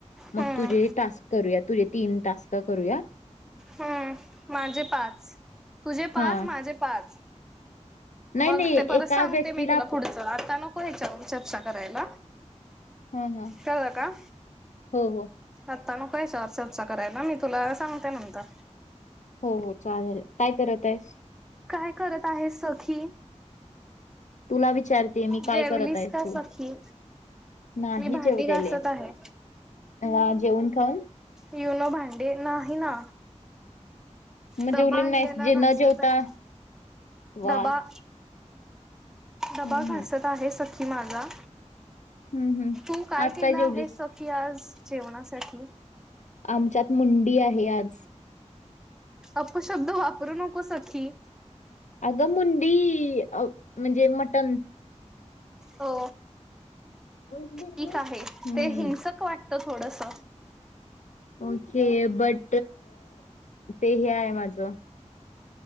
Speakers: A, on the left; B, in the centre.
A: मग
B: हम्म
A: तुझेही टास्क करूयात. तुझे तीन तास का करूया?
B: ह माझे पाच तुझे पाच
A: हा
B: माझे पाच.
A: नाही
B: मग
A: नाही
B: ते बरच
A: एका
B: सांगते
A: व्यक्तीला
B: मी तुला पुढचं आता नक नको हयाच्यावर चर्चा करायला,
A: ह ह
B: कळलं का?
A: हो हो
B: आत्ता नको याच्यावर चर्चा करायला, मी तुला सांगते नंतर.
A: हो हो. चालेल. काय करत आहेस?
B: काय करत आहेस सखी?
A: तुला विचारतेय मी काय
B: जेवलीस
A: करत आहेस
B: का
A: तू?
B: सखी?
A: नाही
B: मी भांडी
A: जेवलेले
B: घासत
A: मी.
B: आहे.
A: निवांत जेऊन खाऊन?
B: युनो भांडे नाही ना.
A: मग
B: डबा
A: जेवली
B: आणलेला
A: नाहीस जे न
B: घासत
A: जेवता
B: आहे.
A: वा
B: डबा.
A: हम्म
B: डबा घासत
A: हम्म
B: आहे सखी माझा.
A: हम्म हम्म
B: तू काय
A: आज
B: केलं
A: जेवलीस?
B: आहेस सखी आज जेवणासाठी?
A: आमच्यात मुंडी आहे आज.
B: अपशब्द वापरू नको सखी.
A: अगं मुंडी -अ म्हणजे मटण.
B: हो.
A: हम्म
B: ठीक आहे. ते हिंसक- वाटत थोडस.
A: ओके. बट ते हे आहे माझं.